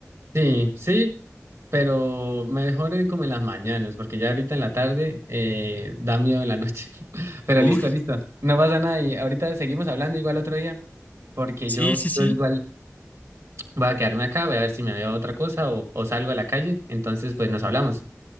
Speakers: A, on the right; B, on the left.
A: Sí, sí, pero mejor eh, como en las mañanas, porque ya ahorita en la tarde eh, da miedo en la noche. <laughs> Pero
B: Uy,
A: listo, listo. No pasa nada y ahorita seguimos hablando igual otro día, porque
B: sí,
A: yo,
B: sí, sí.
A: yo igual voy a quedarme acá, voy a ver si me veo otra cosa o, o salgo a la calle. Entonces, pues nos hablamos.